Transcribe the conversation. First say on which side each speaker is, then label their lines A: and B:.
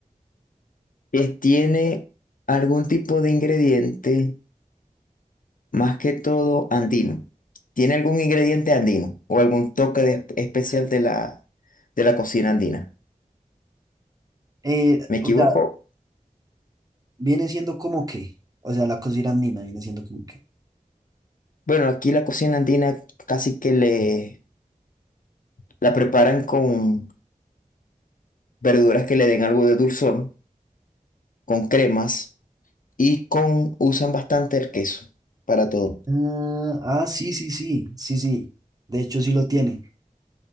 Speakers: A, on the left; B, on the right.
A: es- tiene algún tipo de ingrediente Más que todo andino. ¿Tiene algún ingrediente andino o algún toque de- especial de la, de la cocina andina?
B: Eh,
A: ¿Me equivoco?
B: o sea, viene siendo como que, o sea, la cocina andina viene siendo como que.
A: Bueno, aquí la cocina andina casi que le la preparan con verduras que le den algo de dulzor, con cremas y con usan bastante el queso para todo.
B: ah, ah, sí, sí, sí, sí, sí. De hecho, sí lo tiene.